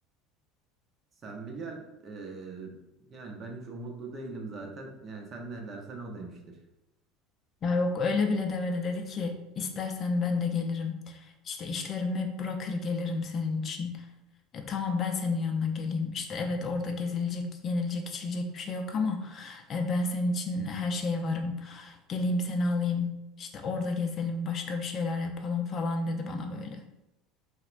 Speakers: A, on the right (about 35°); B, on the left (about 40°).
A: Sen mi gel? Ee, yani ben hiç umutlu değilim zaten. Yani sen ne dersen o demiştir.
B: Ya yok öyle bile demedi. Dedi ki istersen ben de gelirim. İşte işlerimi bırakır gelirim senin için. E, tamam ben senin yanına geleyim. İşte evet orada gezilecek, yenilecek, içilecek bir şey yok ama e, ben senin için her şeye varım. Geleyim seni alayım. İşte orada gezelim, başka bir şeyler yapalım falan dedi bana böyle.